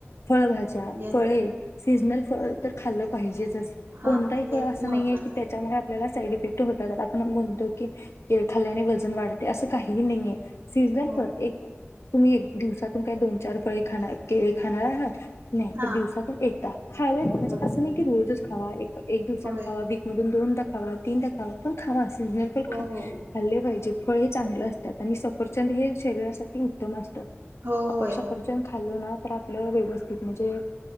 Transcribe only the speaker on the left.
फळभाज्या
फळे सीजनल फळ तर खालं पाहिजेचच
कोणताही
फळ
असं
नाहीे की
त्या आपल्याला साईड इफेक्ट होतात आपण म्हणतो क के खाल्ल्याने वजन वाढते असं काहीही नाहीये सीझनल
फळ एक तुम्ही एक दिवसातून काही दोन चार फळे खा के खाणार आहात नाही
तर दिवसातून एकदा खावेत
म्हणजे
असं नाही की रोज रच खावा एक दिवसाने
खावा वी मधून दोनदाा खावा तीन दा खावा पण खावा सीजनल पण
ख
खाल्ले पाहिजे फळ हे चांगलं असतात आणि सफरचंद हे शरीरासाठी उत्तम असतात
अपर
सफरचंद
खाल्लो ना तर आपलं व्यवस्थित म्हणजे